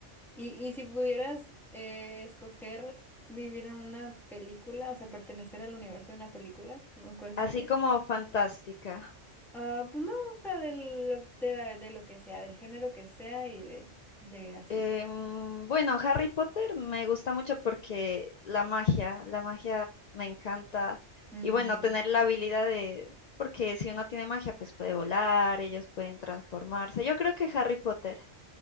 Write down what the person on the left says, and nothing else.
así
como fantástica.
Em, bueno, Harry Potter me gusta mucho porque la magia, la magia me encanta.
Y bueno, tener la habilidad de, porque si uno tiene magia, pues puede volar, ellos pueden transformarse. Yo creo que Harry Potter.